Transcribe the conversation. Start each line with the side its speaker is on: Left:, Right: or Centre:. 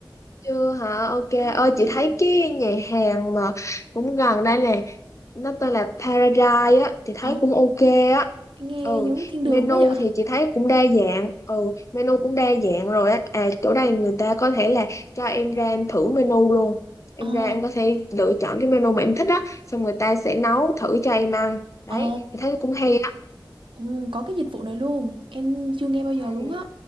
Left: Chưa hả? Ok.
Right: đúng rồi
Left: Ơi
Right: địa
Left: chị
Right: điểm
Left: thấy cái nhà hàng mà cũng gần đây nè nó tên là Paradise á thì thấy
Right: ồ
Left: cũng ok á
Right: nghe
Left: ừ
Right: giống thiên
Left: menu
Right: đường quá vậy
Left: thì chị thấy cũng đa dạng ừ menu cũng đa dạng rồi á à chỗ đây người ta có thể là cho em ra em thử menu luôn em
Right: ồ
Left: ra em có thể lựa chọn cái menu mà em thích á xong người ta sẽ nấu thử cho em ăn đấy
Right: ồ
Left: thì thấy cũng hay á
Right: ừ, có cái dịch vụ này luôn em chưa nghe bao giờ
Left: Ừ.
Right: luôn á